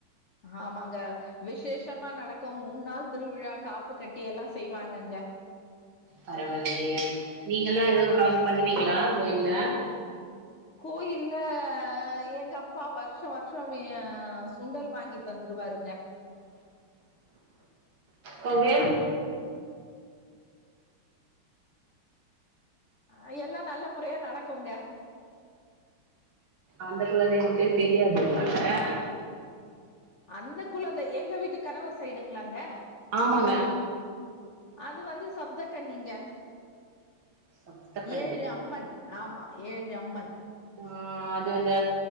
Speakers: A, on the left; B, on the right.
A: ஆமாங்க விசேஷமா நடக்கும் மூண் நாள் திருவிழா காப்பு கட்டி எல்லா செய்வாங்கங்க
B: பரவால்லயே நீங்கல்லா எதும்
A: ஆ
B: கலந்து பண்ணுவிங்ளா கோயில்ல
A: கோயில்ல எங்க அப்பா வருஷ்ஷ வருஷ்ஷோ சுண்டல் வாங்கி தந்துருவாருங்க
B: பவ்யன்
A: அ எல்லா நல்ல முறையா நடக்குங்க
B: அந்த குலதெய்வம் பேர் தெரியாது னால
A: அந்த குலத்தெய் எங்க வீட்டு கணவர் சைடுங்ளாங்க
B: ஆமாங்க
A: அது வந்து சப்த கண்ணிங்க
B: சப்த கன்னி
A: ஏழு அம்மன் ஆமா ஏழு அம்மன்
B: ஆ அது அந்த